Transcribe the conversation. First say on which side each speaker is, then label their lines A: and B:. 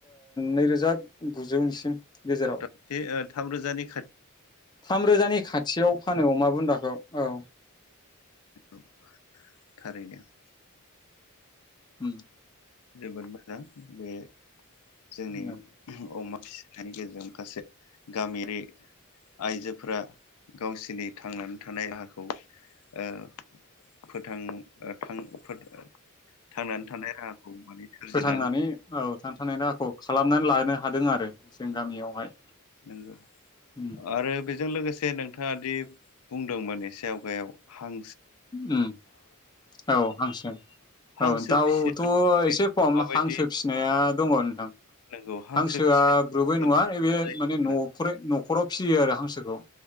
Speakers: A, on the left (about 20°); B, on the left (about 80°).
A: नैरोजा गुजौनिसिम गेजेराव
B: मथा मथि थाम रोजानि खाथि
A: थाम रोजानि खाथियाव फानो अमा बुन्दाखौ औ
B: मोनगौ थारैनो <inaudible>
A: ओम
B: जोबोद मोजां बे जोंनि
A: औ
B: अमा <unintelligible> गामियारि आइजोफोरा गावसिनि थांनानै थानाय हाखौ ओ फोथां ओ थां फोर थांनानै थानाय राहाखौ माने सोरजिनानै
A: फोथांनानै औ थांनानै थानाय राहाखौ खालामनानै लानो हादों आरो जों गामियावहाय
B: नोंगौ
A: उम
B: आरो बेजों लोगोसे नोंथाङा दि बुंदोंमोन एसे आवगायाव हां
A: ओम औ हांसो
B: हांसो
A: औ दाउथ'
B: फिसिनानै
A: एसे खम
B: माबायदि
A: हांसो फिसिनाया दङ' नोंथां
B: नंगौ हांसो
A: हांसोआ
B: फिसाया
A: ग्रुबै
B: बिराद
A: नङा एबे माने नखरै नखराव फिसियो आरो हांसोखौ